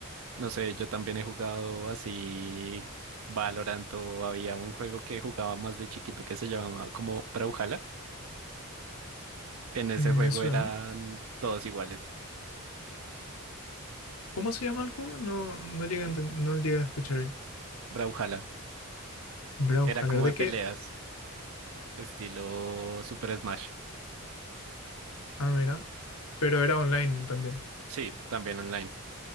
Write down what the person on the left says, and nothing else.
Mm,
Me suena.
¿Cómo se llama el juego? No, no llegué a, enten- no llegué a escuchar bien.
Brawlhalla,
¿de
qué?
Ah, mira. Pero era online también.